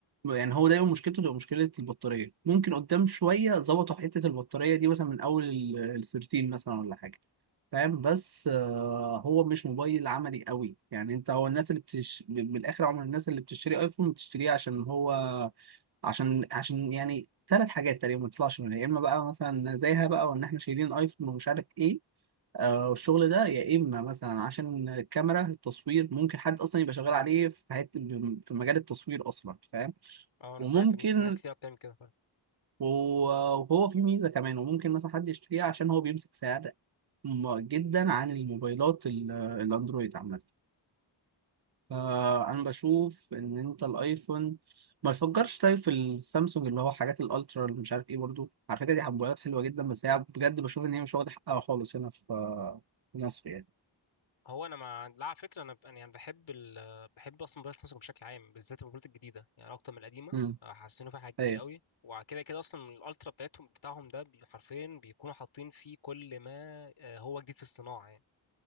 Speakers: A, on the right; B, on the left.
A: يعني هو دايما مشكلته تبقى مشكله البطاريه ممكن قدام شويه ظبطوا حته البطاريه دي مثلا من اول ال ال 13 مثلا ولا حاجه فاهم بس آه، هو مش موبايل عملي قوي يعني انت هو الناس اللي بتش... بالاخر عمر الناس اللي بتشتري ايفون بتشتريه عشان هو عشان عشان يعني ثلاث حاجات تقريبا ما تطلعش منها يا اما بقى مثلا زيها بقى وان احنا شايلين ايفون ومش عارف ايه آه والشغل ده يا اما مثلا عشان الكاميرا التصوير ممكن حد اصلا يبقى شغال عليه في حته في مجال التصوير اصلا فاهم
B: اه انا
A: وممكن
B: سمعت ان كت- ناس كتير بتعمل كده
A: وهو في ميزه كمان وممكن مثلا حد يشتريه عشان هو بيمسك سعر م- جدا عن الموبايلات ال- الاندرويد عامه فانا بشوف ان انت الايفون ما يفكرش طيب في السامسونج اللي هو حاجات الالترا اللي مش عارف ايه برضو على فكره دي حبويات حلوه جدا بس هي بجد بشوف ان هي مش واخده حقها خالص هنا في في مصر يعني
B: هو انا مع لا على فكره انا يعني انا يعني بحب ال... بحب اصلا موبايل سامسونج بشكل عام بالذات الموبايلات الجديده يعني اكتر من القديمه
A: امم
B: حسنوا فيها حاجات كتير
A: ايوه
B: قوي وكده كده اصلا الالترا بتاعتهم بتاعهم ده بي- حرفيا بيكونوا حاطين فيه كل ما آه، هو جديد في الصناعه يعني